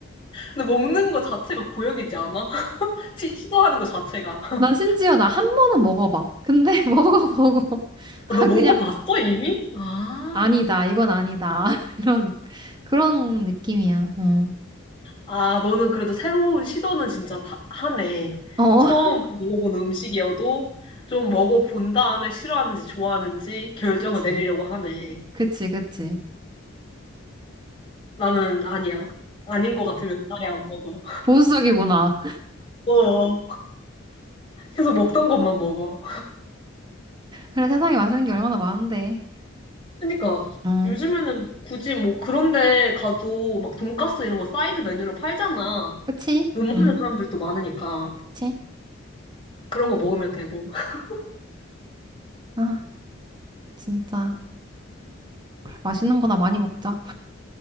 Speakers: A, on the left (about 25°); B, on the right (about 20°).
A: 근데 먹는 거 자체가 고역이지 않아? <laughs> 시- 시도하는 거 자체가. <laughs>
B: 난 심지어 나 한 번은 먹어봐. 근데 <laughs> 먹어보고, 아,
A: 너 먹어봤어,
B: 그냥,
A: 이미? 아.
B: 아니다. 이건 아니다. <laughs> 이런, 그런 느낌이야. 어.
A: 아, 너는 그래도 새로운 시도는 진짜 다- 하네.
B: 어,
A: 처음 먹어본 음식이어도 좀 먹어본 다음에 싫어하는지 좋아하는지
B: <laughs>
A: 결정을
B: 그치.
A: 내리려고 하네.
B: 그치, 그치.
A: 나는 아니야. 아닌 것 같으면 아예 안 먹어.
B: 보수적이구나.
A: 어. 계속 먹던 것만 먹어.
B: 그래, 세상에 맛있는 게 얼마나 많은데.
A: 그러니까
B: 어.
A: 요즘에는 굳이 뭐 그런 데 가도 막 돈가스 이런 거 사이드 메뉴로 팔잖아.
B: 그치?
A: 못 먹는
B: 응,
A: 사람들도 많으니까
B: 그치?
A: 그런 거 먹으면 되고. <laughs>
B: 아, 진짜. 맛있는 거나 많이 먹자.